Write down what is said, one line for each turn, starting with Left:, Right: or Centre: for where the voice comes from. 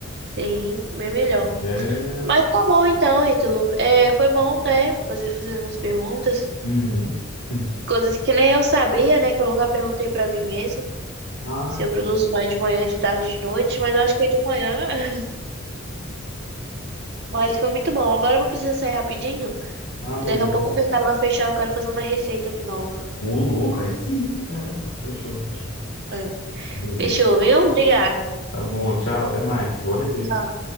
Right: Sim, bem melhor.
Left: É.
Right: Mas tá bom então, Ítalo. É, foi bom, né? Fazer, fazer essas perguntas.
Left: Uhum. <laughs>
Right: Coisas que nem eu sabia, né? Que eu nunca perguntei pra mim mesmo.
Left: Ah,
Right: Se eu produzo mais de manhã, de tarde, de noite. Mas eu acho que é de manhã. <laughs> Mas foi muito bom. Agora eu vou precisar sair rapidinho.
Left: ah, beleza.
Right: E daqui a pouco o mercado vai fechar. Eu quero fazer uma receita aqui nova.
Left: Ô, louco, aí sim, caramba. Fechou, fechou.
Right: É.
Left: Beleza.
Right: Fechou, viu? Obrigado.
Left: Tá bom, tchau, até mais. Boa receita.
Right: Tchau.